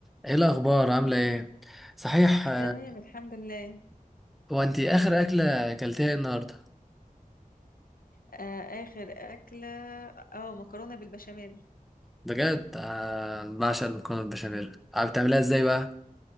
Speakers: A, in the centre; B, on the left.
A: ايه الاخبار عامله ايه صحيح آه،
B: تمام الحمد لله
A: هو انت اخر اكله اكلتيها إيه النهارده
B: آه آخر أكلة اه مكرونة بالبشاميل
A: بجد آه، بعشق المكرونه البشاميل عارف بتعمليها ازاي بقى